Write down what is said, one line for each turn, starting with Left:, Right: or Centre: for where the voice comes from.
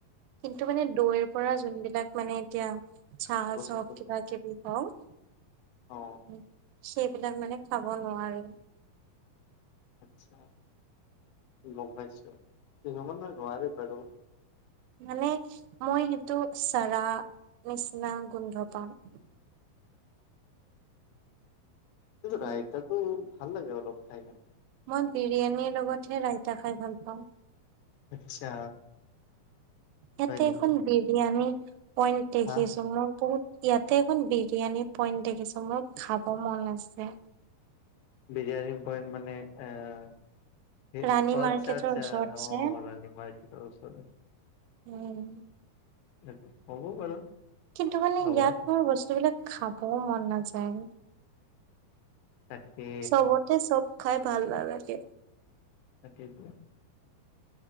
Right: কিন্তু মানে দৈৰ পৰা যোনবিলাক মানে এতিয়া। চা
Left: বস্তু
Right: জপ কিবা কিবি হওক।
Left: অ
Right: সেই বিলাক মানে খাব নোৱাৰো।
Left: আচ্ছা গম পাইছো কিছুমানে নোৱাৰে বাৰু।
Right: মানে মই সেইটো চাৰা। নিচিনা গুন্ধ পাও। উম
Left: ৰাইতাতো ভাল লাগে অলপ খাইকিনে।
Right: মই বিৰিয়ানীৰ লগতহে ৰাইতা খাই ভাল পাওঁ।
Left: আচ্ছা।
Right: ইয়াতে
Left: হয় নেকি
Right: এখন বিৰিয়ানি পইন্টদেখিছো
Left: হা
Right: মোৰ বহুত। ইয়াতে এখন বিৰিয়ানী পইণ্ট দেখিছো মোৰ খাব মন আছে।
Left: বিৰিয়ানী পইন্ট মানে এ।
Right: ৰাণী
Left: আচ্ছা
Right: মাৰ্কেটৰ
Left: আচ্ছা
Right: ওচৰত
Left: অ
Right: যে
Left: ৰানীমাৰকেতৰ ওচৰত।
Right: উম।
Left: এইটো হ'ব বাৰু।
Right: কিন্তু মানে
Left: যাবা
Right: ইয়াত মোৰ বস্তুবিলাক খাবও মন নাযায়।
Left: তাকে
Right: চবতে চব খাই ভাল নালাগে।
Left: তাকেইটো।